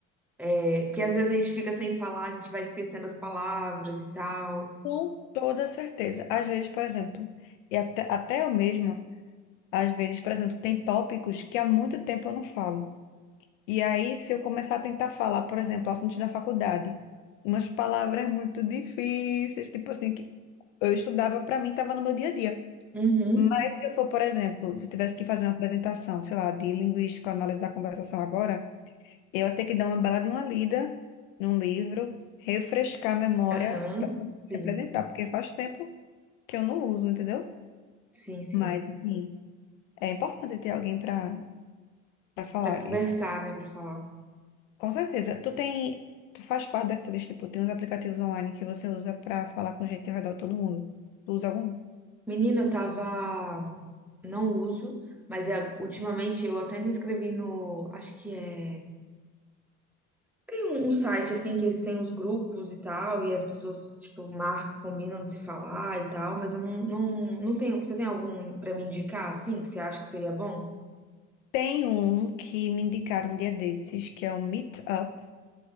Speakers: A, in the centre; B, on the left.
A: é, porque às vezes a gente fica sem falar, a gente vai esquecendo as palavras e tal.
B: Com toda certeza. Às vezes, por exemplo, e até, até eu mesma, às vezes, por exemplo, tem tópicos que há muito tempo eu não falo. E aí, se eu começar a tentar falar, por exemplo, assuntos da faculdade, umas palavras muito difíceis, tipo assim, que eu estudava, para mim, estava no meu dia a dia.
A: Uhum,
B: Mas se eu for, por exemplo, se eu tivesse que fazer uma apresentação, sei lá, de linguística, análise da conversação agora, eu ia ter que dar uma bela de uma lida num livro, refrescar a memória
A: aham,
B: para conseguir
A: sim,
B: apresentar, porque faz tempo que eu não uso, entendeu?
A: sim, sim.
B: Mas, assim, é importante ter alguém pra, pra falar.
A: Pra conversar,
B: E,
A: né, pra falar.
B: com certeza, tu tem, tu faz parte daqueles, tipo, tem uns aplicativos online que você usa pra falar com gente ao redor de todo mundo. Tu usa algum?
A: Menina, eu tava não uso, mas é- ultimamente eu até me inscrevi no, acho que é, tem um, um site assim que eles têm os grupos e tal, e as pessoas tipo marcam, combinam de se falar e tal, mas eu não, não, não tenho, você tem algum pra me indicar assim que você acha que seria bom?
B: Tem um que me indicaram um dia desses, que é o Meetup,